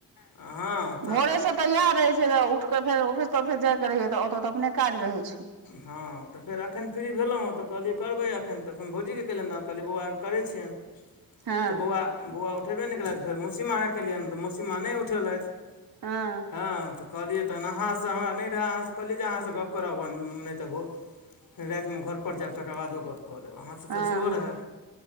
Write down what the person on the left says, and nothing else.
हाँ।
हँ त फेर अखैन फ्री भेलौं हँ त कहलियै करबै अखैन तहन भौजी चैल एलौं त कहलियए बौआके करय छियैन
त बौआ- बौआ उठेबे नै केलैथ फेर मौसी माँ के केलियैन त मौसीमा नै उठेलैथ।
हँ त कहलियै तहन अहाँ स हमरा नै रहै अहाँ स कहलियै जे अहाँसँ गप करब नै त बहो फेर राइतमे घरपर जैब तकर बादो गप्प कऽ लेब अहाँसे
त सेहो रहए।